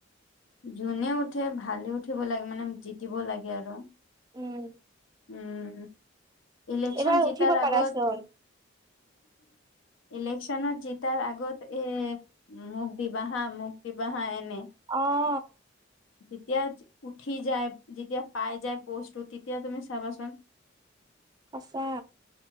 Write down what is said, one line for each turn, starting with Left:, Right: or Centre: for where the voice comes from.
Left: যোনে উঠে ভালে উঠিব লাগে মানে জিতিব লাগে আৰু।
Right: উম
Left: উম, ইলেকশ্যন
Right: এইবাৰ
Left: জিতাৰ
Right: উঠিব
Left: আগত
Right: পাৰাচোন
Left: ইলেকশ্যনত জিতাৰ আগত এ মোক দিবাহা মোক দিবাহা এনে
Right: অ'।
Left: যেতিয়া উঠি যায় যেতিয়া পাই যায় পষ্টটো তেতিয়া তুমি চাবাচোন
Right: সঁচা।